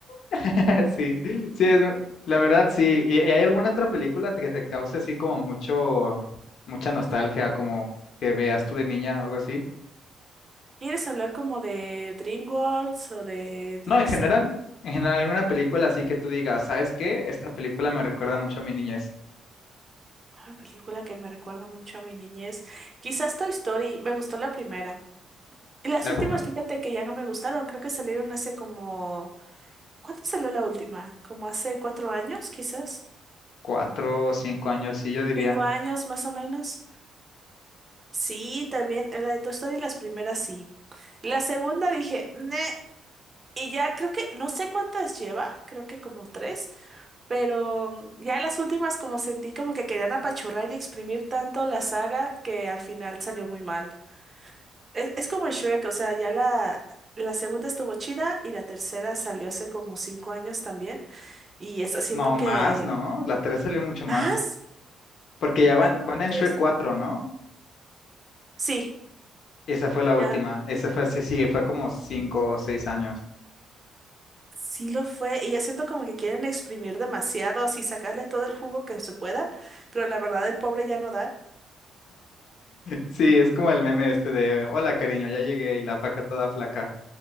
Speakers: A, on the left; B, on the right.
A: <laughs> Sí, sí, es, la verdad, sí. ¿Y, y hay alguna otra película que te cause así como mucho, mucha nostalgia, como que veas tú de niña, algo así?
B: ¿Quieres hablar como de DreamWorks o de Disney?
A: No, en general, en general, alguna película así que tú digas, ¿sabes qué? Esta película me recuerda mucho a mi niñez.
B: Una película que me recuerda mucho a mi niñez. Quizás Toy Story, me gustó la primera. Las
A: La
B: últimas,
A: pr-
B: fíjate que ya no me gustaron, creo que salieron hace como... ¿Cuándo salió la última? Como hace cuatro años, quizás.
A: cuatro o cinco años, sí, yo diría.
B: Cinco años, más o menos. Sí, también, la de Toy Story, las primeras sí. La segunda dije, "Neh", y ya creo que, no sé cuántas lleva, creo que como tres, pero mm, ya las últimas como sentí como que querían apachurrar y exprimir tanto la saga que al final salió muy mal. Es, es como en Shrek, o sea, ya la, la segunda estuvo chida y la tercera salió hace como cinco años también. Y esa siento
A: No, más,
B: que...
A: ¿no? La tres salió mucho
B: ¿Más?
A: más. Porque ya
B: ¿Cuándo
A: van, van en
B: crees
A: Shrek cuatro
B: tú?
A: ¿no?
B: Sí,
A: Esa fue la última.
B: ya.
A: Esa fue así, sí, fue como cinco o seis años.
B: Sí lo fue. Y ya siento como que quieren exprimir demasiado, así sacarle todo el jugo que se pueda. Pero la verdad, el pobre ya no da.
A: Sí, es como el meme este de, hola cariño, ya llegué y la faca toda flaca.